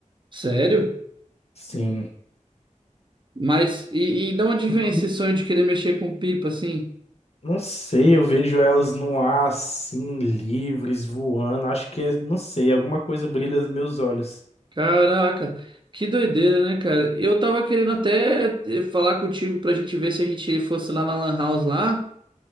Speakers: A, on the right; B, on the left.
A: Sério?
B: Sim.
A: Mas, e, e de onde
B: N-
A: vem esse sonho de querer mexer com pipa, assim?
B: Não sei, eu vejo elas no ar assim, livres, voando. Acho que é, não sei, alguma coisa brilha nos meus olhos.
A: Caraca, que doideira, né, cara? Eu tava querendo até eh, falar contigo pra gente ver se a gente fosse lá na Lan House lá.